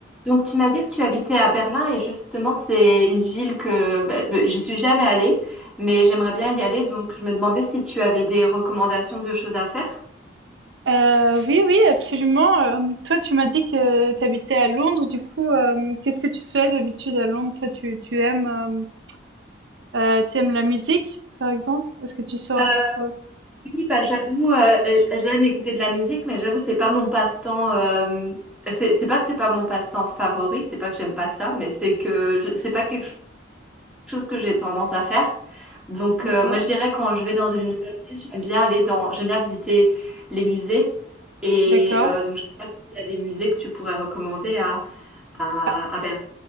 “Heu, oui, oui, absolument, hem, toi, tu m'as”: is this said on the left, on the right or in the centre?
Right